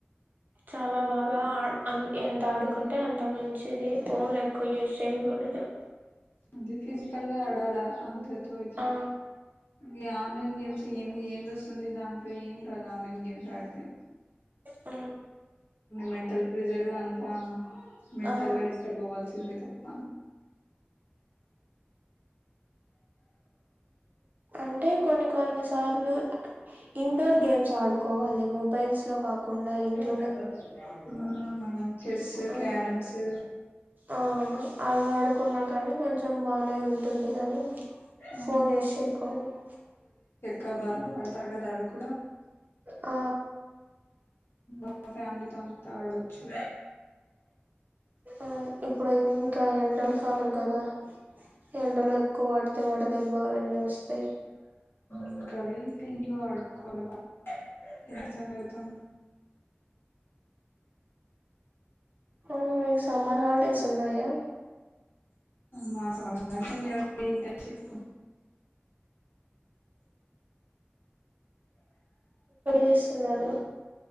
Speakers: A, on the right; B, on the left.
A: చాలా బాగా ఎంత ఆడుకుంటే అంత మంచిది ఫోన్లు ఎక్కువ యూజ్ చేయకూడదు కదా
B: అదే ఫిజికల్ గా ఆడాలా అంతే తో ఇట్లా
A: ఆ
B: ఇ ఆన్లైన్ గేమ్స్ ఏంది ఏంది దేస్తుంది, దాంట్లో ఏం రాదు, ఆన్లైన్ గేమ్స్ ఆడితే.
A: ఆ
B: మెంటల్, ప్రెజర్వ్అంతా. మెంటల్
A: ఆ
B: గా, డిస్టప్ అవ్వాల్సిందే. తప్ప
A: అంటే కొన్ని కొన్ని సార్లు, ఇండోర్ గేమ్స్ ఆడుకోవాలి, మొబైల్స్ లో కాకుండా, ఇంట్లో.
B: హుమ్మ్ చెస్సు
A: ఆ
B: క్యారమ్స్.
A: ఆ అవి ఆడుకున్నా కానీ కొంచం బానే ఉంటుంది, కానీ
B: ఆ
A: ఫోన్ యూస్ చేయకుండా.
B: కబర భారతర్ కదా అవి క్.
A: ఆ.
B: మా ఫ్యామిలీతో, అంతా, ఆడొచ్చు.
A: ఇప్పుడు, ఇప్పుడు, ఇంకా ఎండల్. కాలం కదా ఎ. ఎండలు ఎక్కువ వడితే వడ దెబ్బ లేస్తాయి.
B: ఇంకా, వీక్ వీక్ లో ఆడుకోవాల బా. ఎగ్జామ్ పెడతా.
A: అవును, మీకు సమ్మర్ హాలిడేస్, ఉన్నాయా.
B: మాకు సమ్మర్ హాలీడేస్ లేవండి ఇంటర్షిప్.
A: చేస్తున్నారు